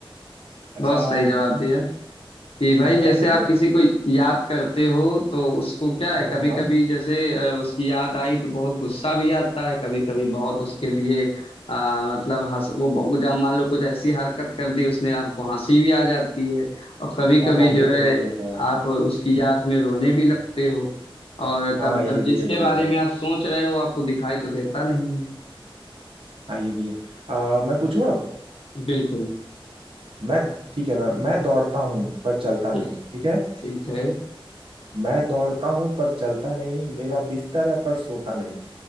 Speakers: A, on the right (about 70°); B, on the left (about 80°).
A: अच्छा
B: बहुत सही जवाब दिया कि भाई
A: अब मैं
B: जैसे
A: पूछूं
B: आप किसी को याद करते हो तो उसको क्या
A: हाँ
B: है
A: हाँ
B: कभी
A: हाँ
B: कभी जैसे अ, उसकी याद आई तो बहुत गुस्सा भी आता है कभी कभी बहुत उसके लिए आ, मतलब हंस वो वो जब मान लो कुछ ऐसी हरकत कर दी उसने आपको हंसी भी आ जाती है और कभी
A: हाँ
B: कभी
A: हाँ ये
B: जो
A: तो
B: है
A: है ये तो है
B: आप उसकी याद में रोने भी लगते हो और
A: हाँ
B: कभी
A: ये
B: अब
A: भी
B: जिसके
A: है ये भी
B: बारे
A: है
B: में आप सोच रहे हो आपको दिखाई तो देता नहीं है
A: हाँ ये भी है अ, मैं पूछूं अब
B: बिल्कुल
A: मैं ठीक है मैं मैं दौड़ता हूँ पर चलता
B: ठीक
A: नहीं ठीक है
B: ठीक है
A: मैं दौड़ता हूँ पर चलता नहीं मेरा बिस्तर है पर सोता नहीं